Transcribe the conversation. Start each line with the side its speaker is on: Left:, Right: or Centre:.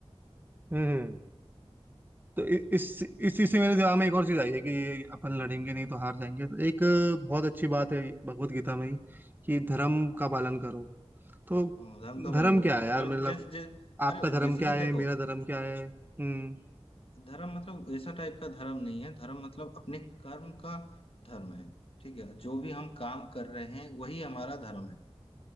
Right: हम्म तो इ- इस इसी से मेरे दिमाग में एक और चीज आई है कि अपन लड़ेंगे नहीं तो हार जाएंगे तो एक बहुत अच्छी बात है भगवत गीता में ही कि धर्म
Left: हाँ
Right: का पालन करो तो
Left: हाँ धर्म का पालन
Right: धर्म
Left: करो
Right: क्या है यार
Left: और
Right: मतलब
Left: जैसे जै, अरे
Right: आपका
Left: जैसे
Right: धर्म
Left: कि
Right: क्या है
Left: देखो
Right: मेरा धर्म क्या है हम्म
Left: धर्म मतलब ऐसा टाइप का धर्म नहीं है धर्म मतलब अपने कर्म का धर्म है ठीक है जो भी हम काम कर रहे हैं वही हमारा धर्म है